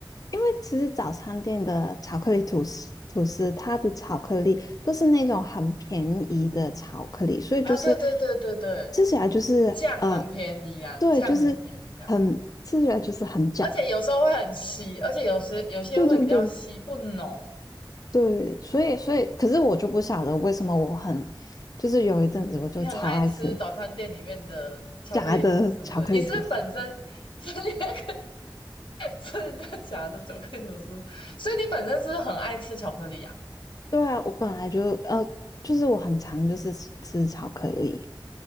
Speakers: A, on the left; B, on the left.
A: 因为其实早餐店的巧克力吐司，吐司它的巧克力都是那种很便宜的巧克力，所以就是
B: 啊！对对对对对，
A: 吃起来就是呃，
B: 酱很便宜啊，
A: 对，
B: 酱很便宜啊，
A: 就是很吃起来就是很假。
B: 而且有时候会很稀，而且有时有些会比较稀不浓。
A: 对对对对，所以所以，可是我就不晓得为什么我很，就是有一阵子我就超爱吃
B: 你很爱吃早餐店里面的巧克力吐司，
A: <laughs> 假的巧克力吐司。
B: 对不对？你是本身 <laughs> 是你爱吃人家夹的巧克力吐司，所以你本身是不是很爱吃巧克力啊？
A: 对啊，我本来就呃，就是我很常就是吃吃巧克力。